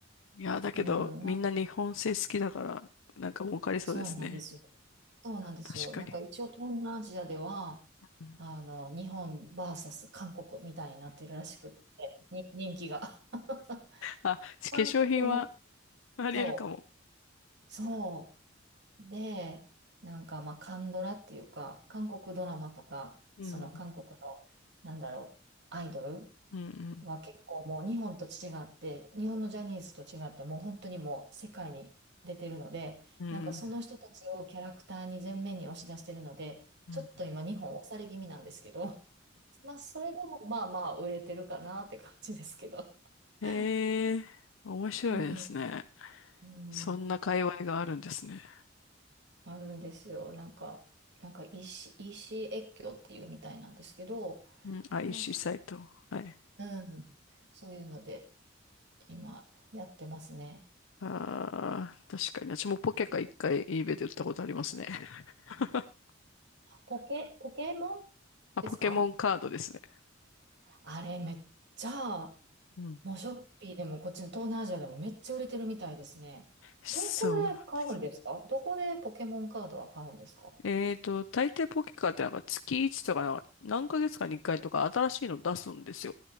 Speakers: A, on the left; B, on the right.
A: いや、だけど、
B: うん、
A: みんな日本製好きだから、
B: な、
A: なんか儲かりそうですね。
B: そうなんですよ。そうなんですよ。
A: 確かに。
B: なんか一応東南アジアでは、
A: うん
B: あの、日本サス韓国みたいになってるらしくって、に人気が。<laughs>
A: あ、化粧品は
B: 韓国の、
A: あり得るかも。
B: そう、そう。で、なんかまあ、韓ドラっていうか、韓国ドラマとか、
A: うん。
B: その韓国の、なんだろう、アイドル
A: うん
B: は結構もう日本と違って、日本のジャニーズと違って、もう本当にもう世界に出てるので、
A: うんうん
B: なんかその人たちをキャラクターに前面に押し出してるので、
A: うん
B: ちょっと今日本押され気味なんですけど、まあ、それでもまあまあ売れてるかなって感じですけど。<laughs>
A: へえー、面白いですね。
B: うん、う
A: そんな界隈があるんですね。
B: ん、あるんですよ。なんか、なんか EC、イーシー越境っていうみたいなんですけど、
A: うん、IC
B: まあ、そ
A: サイト。はい。
B: うん、そういうので今やってますね。
A: ああ、確かに。私もポケカ一回 eBay で売ったことありますね。<laughs>
B: ポケ、ポケモン
A: あ、
B: ですか
A: ポケモンカードですね。
B: あれめっちゃ、
A: うん。
B: もうショッピーでもこっちの東南アジアでもめっちゃ売れてるみたいですね。
A: そうなんです。
B: どこで買うんですかどこでポケモンカードは買うんですか
A: えーと、大抵ポケカってなんか月1とかなんか何ヶ月かに1回とか新しいの出すんですよ。